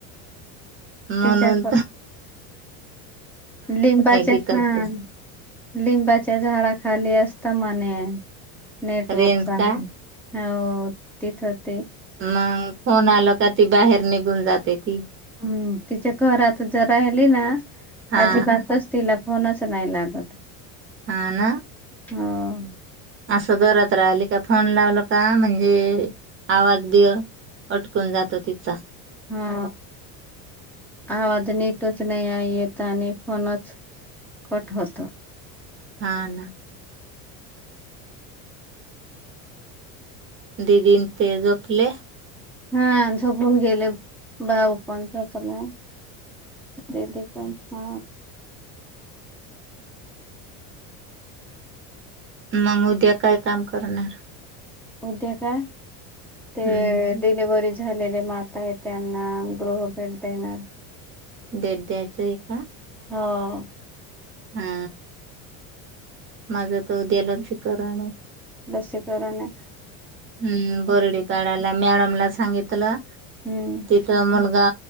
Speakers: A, on the right; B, in the centre.
A: म्हणून
B: तिच्या
A: त
B: लिंबाचे
A: गीताच
B: हा. लिंबाच्या झाडा खाली असत म्हणे नेटवर्क
A: रेंज
B: चांगल
A: का
B: हो. तिथंच
A: मग फोन आला का ती बाहेर निघून जाते ती.
B: हं तिच्या घरात जरा राहिली ना
A: हा
B: अजिबातच तिला फोनच नाही लागत.
A: हा ना
B: हं
A: असं घरात राहिली का? फोन लावल का म्हणजे हे आवाज ते अडकून जातो. तिचा
B: हा आवाज नीटच नाही आहे येत. आणि फोनच कट होतो.
A: हा ना. दिदीन ते झोपले.
B: हा झोपून गेले. भाऊ पण झोपला. ते ते पण हा
A: मग उद्या काय काम करणार?
B: उद्या का ते
A: हम्म
B: डिलिव्हरी झालेले माल त्यांना गृह भेट देणार.
A: भेट द्यायचं आहे का?
B: हा.
A: हा माझ त उद्या लसिकरन हे.
B: लसीकरण हे.
A: हम्म बोरडीपाड्याला मॅडमला सांगितलं
B: हम्म
A: तिथं मुलगा